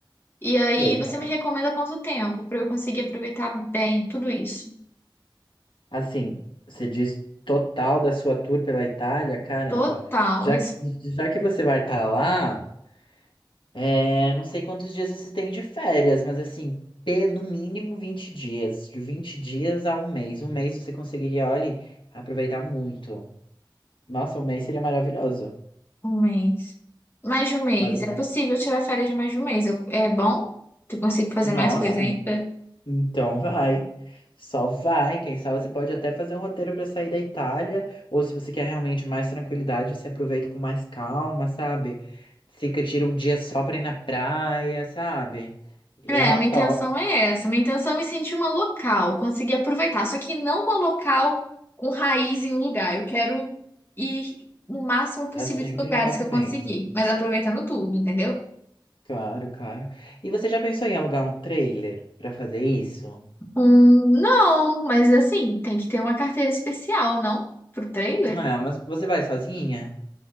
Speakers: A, on the left; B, on the left.
A: E aí,
B: Ok.
A: você me recomenda quanto tempo para eu conseguir aproveitar bem tudo isso?
B: Assim, você diz total da sua tour pela Itália, caramba.
A: Total,
B: Já
A: isso,
B: que, já que você vai estar lá. É, não sei quantos dias vocês têm de férias, mas assim, pe- no mínimo 20 dias. De 20 dias a um mês. Um mês você conseguiria, olha, aproveitar muito. Nossa, um mês seria maravilhoso.
A: um mês. Mais de um mês.
B: Mas, assim,
A: É possível tirar férias de mais de um mês. Eu- É bom? Tu consigo fazer
B: nossa,
A: mais coisa ainda?
B: en- então vai. Só vai. Quem sabe você pode até fazer um roteiro para sair da Itália. Ou se você quer realmente mais tranquilidade, você aproveita com mais calma, sabe? Fica, tira um dia só pra ir na praia, sabe? Eu
A: É,
B: adoro.
A: minha intenção é essa. Minha intenção é me sentir uma local, conseguir aproveitar. Só que não uma local com raiz em um lugar. Eu quero ir no máximo
B: Tá
A: possível
B: sempre
A: de lugares
B: em movimento.
A: que eu conseguir, mas aproveitando tudo, entendeu?
B: Claro, claro. E você já pensou em alugar um trailer pra fazer isso?
A: Hum, não, mas assim, tem que ter uma carteira especial, não? Pro trailer?
B: Ah, mas você vai sozinha?